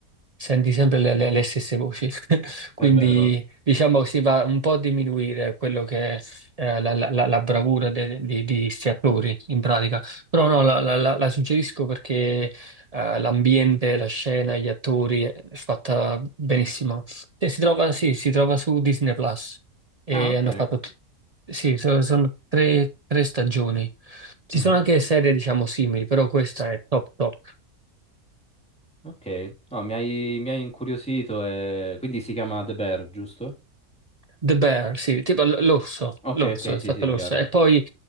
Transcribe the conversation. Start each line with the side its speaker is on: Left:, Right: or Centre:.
Right: Senti sempre le, le- le stesse voci, <laughs>
Centre: È
Right: quindi
Centre: vero.
Right: diciamo si va un po' a diminuire quello che è eh, la, la- la- la bravura de- di, di sti attori in pratica, però no, la, la- la- la suggerisco perché eh, l'ambiente, la scena, gli attori eh, è fatta benissimo. E si trova, sì, si trova su Disney Plus e
Centre: Ah, ok.
Right: hanno fatto, t- sì, so- sono tre, tre stagioni. Ci
Centre: Mhm.
Right: sono anche serie diciamo simili, però questa è top top.
Centre: Ok. No, mi hai, mi hai incuriosito e... Quindi si chiama The Bear, giusto?
Right: The Bear, sì, tipo l- l'orso,
Centre: Ok,
Right: l'orso,
Centre: ok,
Right: è
Centre: sì,
Right: stato
Centre: sì,
Right: l'orso.
Centre: chiaro.
Right: E poi